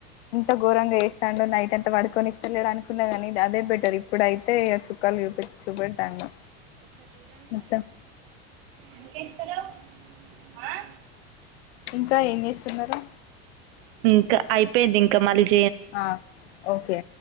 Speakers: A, on the left; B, on the right.
A: ఇంత ఘోరంగా చేస్తాండు నైట్ అంత పడుకొనిస్తలేడు అనుకున్నా కానీ ఇది అదే బెటర్ ఇప్పుడై తే ఇగ చుక్కాలు చూ పె చూపెడుతండు మొత్తం
B: ఎందుకేడుస్తాలెవ్ ఆ
A: ఇంకా ఏం చేస్తున్నారు
B: ఇంకా అయిపోయింది ఇంకా మల్లి
A: ఆ ఓకే